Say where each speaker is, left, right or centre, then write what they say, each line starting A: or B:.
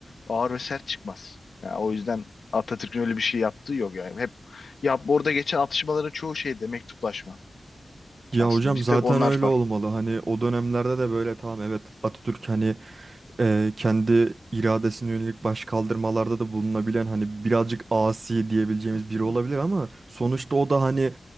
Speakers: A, on the left; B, on the right.
A: ağır ve sert çıkmaz. Yani o yüzden Atatürk'ün öyle bir şey yaptığı yok yani. Hep ya orada geçen atışmaların çoğu şeyde mektuplaşma.
B: Ya
A: Aslında
B: hocam
A: bir
B: zaten
A: tek onlar
B: öyle
A: var.
B: olmalı. Hani o dönemlerde de böyle tamam evet Atatürk hani e, kendi iradesine yönelik başkaldırmalarda da bulunabilen hani birazcık asi diyebileceğimiz
A: <laughs>
B: biri olabilir ama sonuçta o da hani